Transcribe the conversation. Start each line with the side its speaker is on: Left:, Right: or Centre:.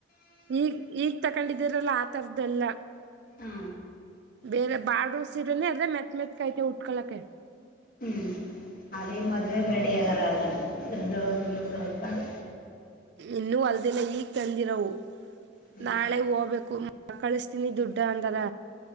Right: ಈಗ್ ಈಗ್ ತಕೊಂಡಿದೀರಲ್ಲ ಆ ತರದ್ದಲ್ಲ
Left: ಹಾ
Right: ಬೇರೆ ಬಾಡ ಸೀರನೇ ಅದ್ರೆ ಮೆತ್ ಮೆತ್ ಅಯ್ತೆ ಉಟ್ಕಳಕ್ಕೆ
Left: ಹ್ಞೂ ಅದೇ ಈ ಮದುವೆೆಗೆ ರೆಡಿ ಆಗಾರ ಆಗಾರ ಬ್ಲೌಸ್ ಗ್ಲಿಸು ಹೊಲ್ಕೊಂಡು
Right: ಇನ್ನು ಹೊಳ್ದಿಲ್ಲ ಈಗ ತಂದಿರವು
Left: ಹ್ಞೂ
Right: ನಾಳೆ ಹೋಗ್ಬೇಕು ಕಳಿಸತೀನಿ ದುಡ್ಡ ಅಂದಾರ